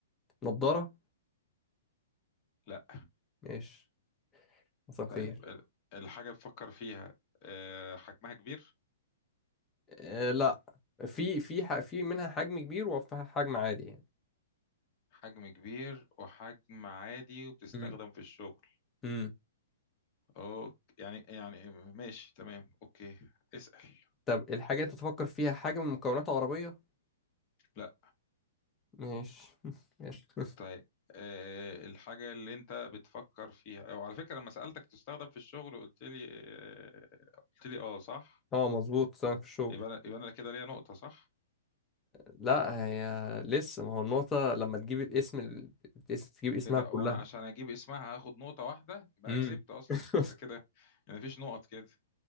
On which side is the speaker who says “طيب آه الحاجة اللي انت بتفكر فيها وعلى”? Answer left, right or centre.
Left